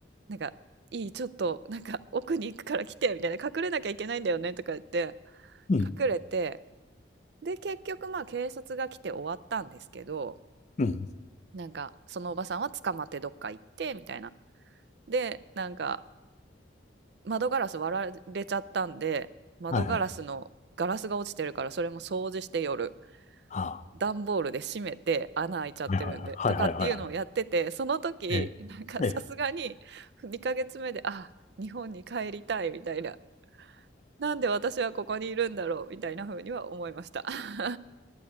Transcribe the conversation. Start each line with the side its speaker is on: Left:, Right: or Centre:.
Right: なんか、いい、ちょっと、なんか、奥に行くから来て、みたいな。隠れなきゃいけないんだよね、とか言って、
Left: うん、
Right: 隠れて、で、結局、まあ、警察が来て終わったんですけど、
Left: うん。
Right: なんか、そのおばさんは捕まってどっか行って、みたいな。で、なんか、窓ガラス割られちゃったんで、窓ガラスのガラスが落ちてるからそれも掃除して夜、
Left: はいはい。あ
Right: 段ボールで閉めて穴開いちゃってるんで、
Left: あ、はいはいはい。
Right: とかっていうのをやってて、
Left: はいはいはいはい。
Right: その時、
Left: ええ、
Right: なんかさすがに2ヶ月目で、
Left: ええ。
Right: あ、日本に帰りたいみたいな。なんで私はここにいるんだろうみたいな風には思いました。<laughs>